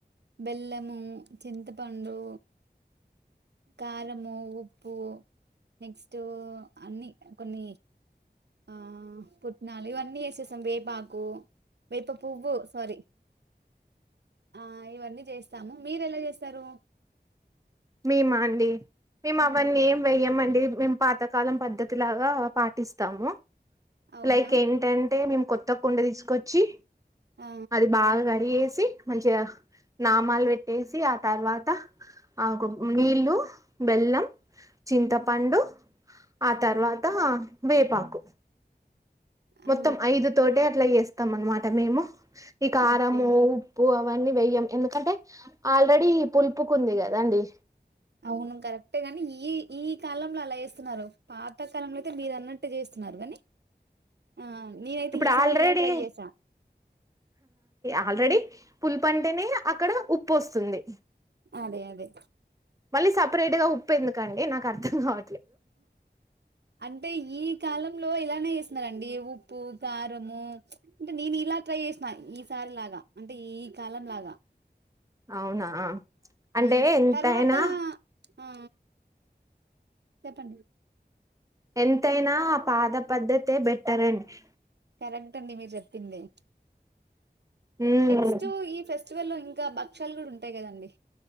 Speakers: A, on the right (about 80°); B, on the right (about 20°).
A: బెల్లము చింతపండు కారంము ఉప్పు నెక్స్ట్ అన్ని కొన్ని ఆ పుట్నాలు ఇవన్నీ వేసేస్తాం వేపాకు వేప పువ్వు సారీ ఆ ఇవన్నీ చేస్తాము మీరు ఎలా చేస్తారు.
B: మీ మా అండి మేము
A: మ్మ్
B: అవన్నీ ఏం వెయ్యంమండి. మేము పాతకాలం పద్ధతి లాగా పాటిస్తాము.
A: అవునా
B: లైక్ ఏంటంటే కొత్త కుండ తీసుకొచ్చి
A: ఆ
B: అది బాగా కడిగేసి సి మంచిగా నామాలు పెట్టేసి ఆ తర్వాత ఆ నీళ్లు బెల్లం చింతపండు ఆ తర్వాత వేపాకు
A: ఆ
B: మొత్తం ఐదు తోటె అట్లా చేస్తాం అన్నమాట మేము ఈ కారము
A: ఓకే
B: ఉప్పు అవన్నీ వెయ్యం ఎందుకంటే ఆల్రెడీ పులుపుకుంది కదాండి
A: అవును కరెక్టే గాని ఈ ఈ కాలంలో అలా చేస్తున్నారు. పాతకాలంలో అయితే మీరు అన్నట్టు చేస్తున్నారు కాని ఆ నేనైతే
B: ఇప్పుడు
A: ఈసారి
B: ఆల్రెడీ
A: ఇలా ట్రై చేసా
B: ఆల్రెడీ పులుపంటేనే అక్కడ ఉప్పు వస్తుంది.
A: అదే అదే
B: మళ్ళీ సపరేట్ గా ఉప్పు ఎందుకండి నాకు అర్థం కావ
A: అంటే ఈ కాలంలో ఇలానే చేస్తున్నారండి ఉప్పు కారము అంటే నేను ఇలా ట్రై చేసిన ఈసారి లాగా అంటే ఈ కాలం లాగా
B: అవునా అంటే
A: ఉమ్
B: ఎంతైనా
A: తర్వాత ఆ ఆ చెప్పండి
B: ఎంతైనా ఆ పాత పద్ధతే బెటర్ అండి.
A: కరెక్ ట్ అండి మీరు చెప్పింది.
B: ఉమ్
A: నెక్స్ట్ ఈ ఫెస్ ఫెస్టివల్లో ఇంకా బక్షాలు కూడా ఉంటాయి కదండి.